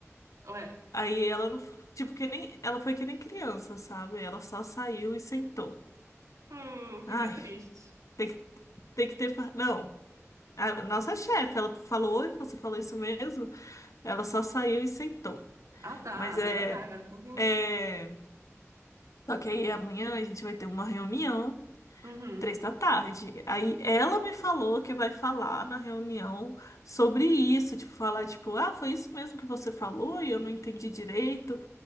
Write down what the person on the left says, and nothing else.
Aí ela não, tipo que nem, ela foi que nem criança, sabe? Ela só saiu e sentou.
Ai.
Tem que Tem que ter. fa- Não. A nossa chefe, ela falou, "Oi, você falou isso mesmo? Ela só saiu e sentou.
Mas é,
é. Só que aí amanhã a gente vai ter uma reunião,
três
da tarde. Aí ela me falou que vai falar na reunião sobre isso. Tipo, falar, tipo, ah, foi isso mesmo que você falou e eu não entendi direito.